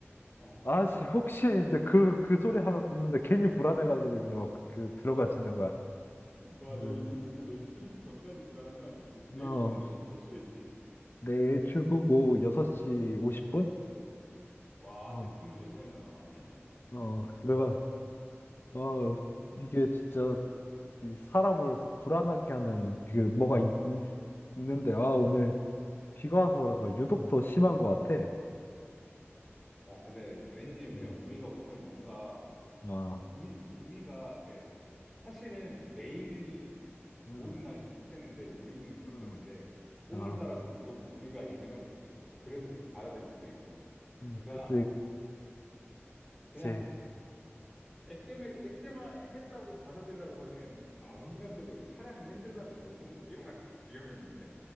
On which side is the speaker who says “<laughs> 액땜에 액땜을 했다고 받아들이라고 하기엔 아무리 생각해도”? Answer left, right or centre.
Centre